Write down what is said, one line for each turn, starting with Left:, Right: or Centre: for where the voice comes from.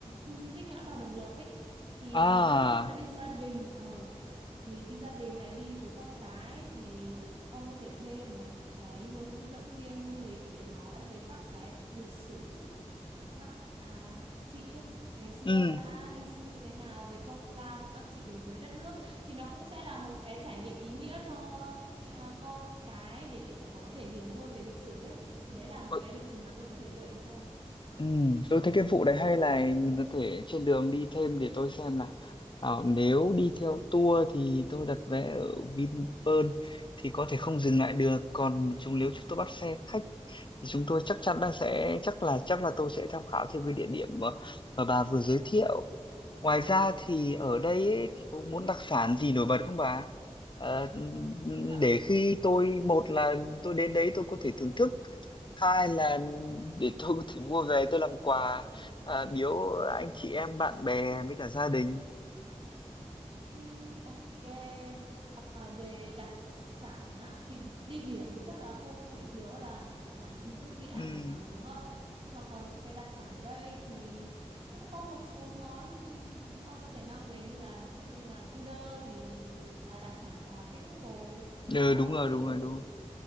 Right: khu di tích ngã ba Đồng Lộc ấy thì
Left: à
Right: ví dụ như là đi gia đình ờ thì đi gia đình này đi với con cái thì ông có thể thuê một cái hướng dẫn viên du lịch để nói về các cái lịch sử của các à, chị ấy ngày xưa
Left: ừ
Right: đã hy sinh như thế nào về công lao của các chị đối với đất nước thì nó cũng sẽ là một cái trải nghiệm ý nghĩa cho à, con cái để có thể hiểu hơn về lịch sử ấy thì đấy là một
Left: ừ
Right: cái lịch trình mà tôi có thể gợi ý sau
Left: ừ. tôi thấy cái vụ đấy hay là mình có thể trên đường đi thêm để tôi xem là ờ, nếu đi theo tour thì tôi đặt vé ở Vinpearl thì có thể không dừng lại được còn chúng nếu chúng tôi bắt xe khách thì chúng tôi chắc chắn là sẽ chắc là chắc là tôi sẽ tham khảo thêm cái địa điểm mà, mà bà vừa giới thiệu ngoài ra thì ở đây ấy, thì có muốn đặc sản gì nổi bật không bà Ờ,
Right: Đạ,
Left: để khi tôi một là tôi đến đấy tôi có thể thưởng thức hai là để tôi có thể mua về tôi làm quà à, biếu anh chị em bạn bè với cả gia đình
Right: ừm, ok Ờ, về đặc sản á thì đi biển thì chắc là không thể thiếu là hải sản lúc đi ăn
Left: ừ.
Right: hải sản rồi đúng không nhưng mà còn những cái đặc sản ở đây thì cũng có một số món ông có thể mang về như là ví dụ như là cu đơ thì là đặc sản của Hà Tĩnh rồi
Left: ừ
Right: hoặc là
Left: đúng
Right: ông
Left: rồi
Right: có thể
Left: đúng rồi
Right: thử
Left: đúng rồi